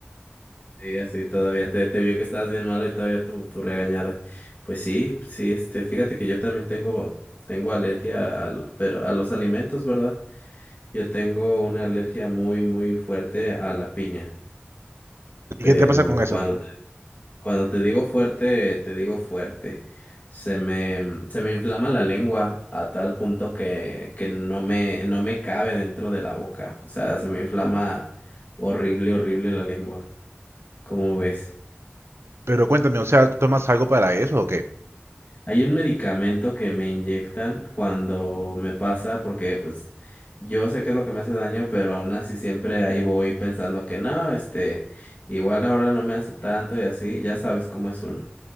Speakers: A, on the left; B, on the right.
A: Y así todavía te, te vio que estabas bien malo y todavía tu, tu regañada. Pues sí, sí, este, fíjate que yo también tengo, tengo alergia al, pero a los alimentos, ¿verdad? Yo tengo una alergia muy, muy fuerte a la piña. Pero
B: ¿Y qué te pasa con eso?
A: cuando Cuando te digo fuerte, te digo fuerte. Se me, se me inflama la lengua a tal punto que, que no me, no me cabe dentro de la boca. O sea, se me inflama horrible, horrible la lengua. ¿Cómo ves?
B: Pero cuéntame, o sea, ¿tomas algo para eso o qué?
A: Hay un medicamento que me inyectan cuando me pasa, porque pues yo sé que es lo que me hace daño, pero aún así siempre ahí voy pensando que no, este, igual ahora no me hace tanto y así, ya sabes cómo es uno.